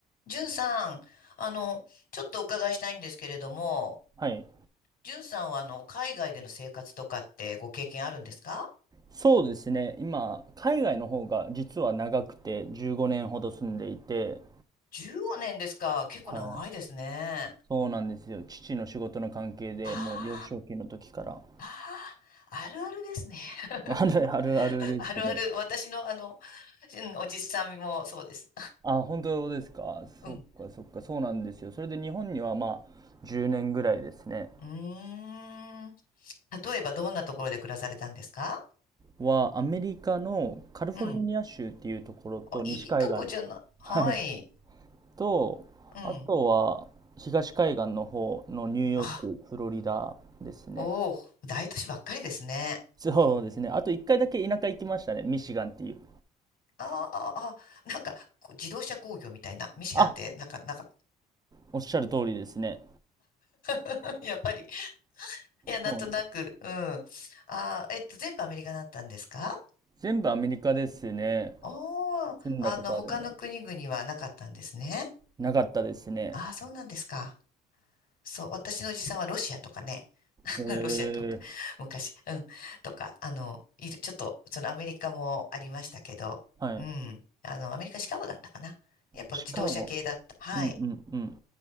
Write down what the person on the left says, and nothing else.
じゅんさん、あの、ちょっとお伺いしたいんですけれども、
じゅんさんはあの、海外での生活とかってご経験あるんですか
?15 年ですか。結構長いですね。
ああ、ああ、あるあるですね。<laughs>
あるある。私のあの、うんおじさんもそうです。
<laughs> うん。
うーん。例えばどんなところで暮らされたんですか
うん。あ、いいとこじゃない。はい。
うん。
あ、
おお、大都市ばっかりですね。
ああ、ああ、なんか、こう自動車工業みたいな。ミシガンって、
なんか、なんか、
<laughs> やっぱり、いや、なんとなく、
うん。ああ、えっと、全部アメリカだったんですか
おおー、
あの、他の国々はなかったんですね。
ああ、そうなんですか。そう、私のおじさんはロシアとかね。<laughs>
ロシアって <laughs> 昔、うん。とか、あの、いる、ちょっと、そのアメリカもありましたけど、
うん。あの、アメリカ、シカゴだったかな。やっぱ自動車系だった。
はい。